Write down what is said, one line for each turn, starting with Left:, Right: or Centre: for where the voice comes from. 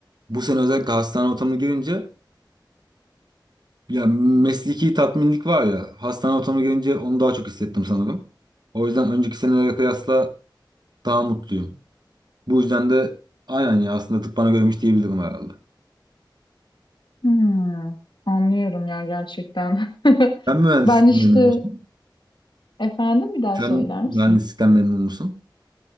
Right: bu sene özellikle hastane ortamını görünce ya mesleki tatminlik var ya hastane ortamını görünce onu daha çok hissettim sanırım. O yüzden önceki senelere kıyasla daha mutluyum. Bu yüzden de aynen ya aslında tıp bana görmüş diyebilirim herhalde.
Left: Hmm, anlıyorum ya gerçekten. <laughs>
Right: Sen mühendislikten
Left: Ben işte
Right: memnun musun?
Left: efendim bir daha
Right: Sen
Left: söyler
Right: mühendislikten
Left: misin?
Right: memnun musun?